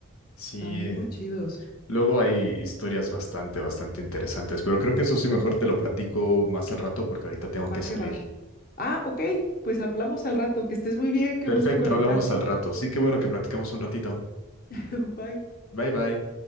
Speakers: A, on the left; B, on the left.
A: Sí.
B: estaban muy chidos.
A: Luego hay historias bastante, bastante interesantes, pero creo que eso sí mejor
B: Mm,
A: te lo platico más al rato porque ahorita tengo que
B: Va
A: salir.
B: que va. Ah, ok, pues hablamos al rato, que estés muy bien, qué
A: Perfecto,
B: gusto conectar.
A: hablamos al rato. Sí, qué bueno que platicamos un ratito.
B: <laughs> Bye.
A: Bye bye.